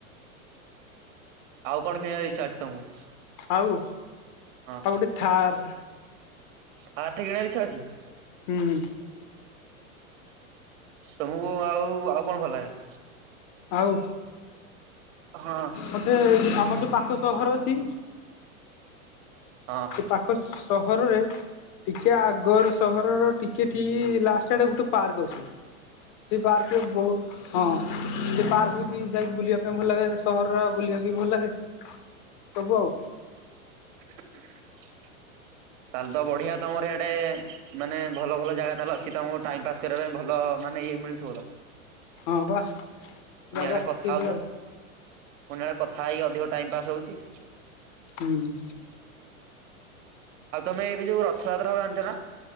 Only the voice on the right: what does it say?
ଆଉ କଣ କିଣିବାର ଇଚ୍ଛା ଅଛି ତମକୁ
ହଁ
ଥାର୍ ଟେ କିଣବାର ଇଚ୍ଛା ଅଛି
ତମକୁ ଆଉ ଆଉ କଣ ଭଲ ଲାଗେ
ହଁ
ହଁ
<unintelligible> ତାହେଲେ ତ ବଢିଆ ତମର ଇଆଡେ ମାନେ ଭଲ ଭଲ ଜାଗା ତାହେଲେ ଅଛି ତମକୁ ଟାଇମ ପାସ୍ କରିବା ପାଇଁ ଭଲ ମାନେ ଇଏ ମିଳୁ ଥିବତ
ପୁଣି
ଇଆଡେ
କଥା
ହଉଛ
ପୁଣି ଇଆଡେ କଥା ହେଇକି ଅଧିକ ଟାଇମ ପାସ୍ ହଉଛି
ଆଉ ତମେ ଏବେ ଯୋଉ ରଥଯାତ୍ରା ହେବ ଜାଣିଛ ନା